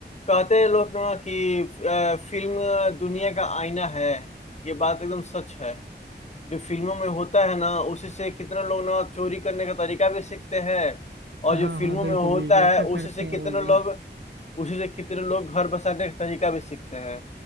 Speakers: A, on the left (about 40°); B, on the right (about 75°).
A: कहते हैं लोग ना कि अ, फिल्म दुनिया का आईना है ये बात एकदम सच है जो फिल्मों में होता है ना उसी से कितने लोग ना चोरी करने का तरीका भी सीखते हैं और
B: हाँ
A: जो फिल्मों
B: हाँ, बिल्कुल
A: में होता
B: बिल्कुल ऐसा
A: है उसी
B: करते
A: से
B: हैं
A: कितने
B: वो लोग
A: लोग उसी से कितने लोग घर बसाने का तरीका भी सीखते हैं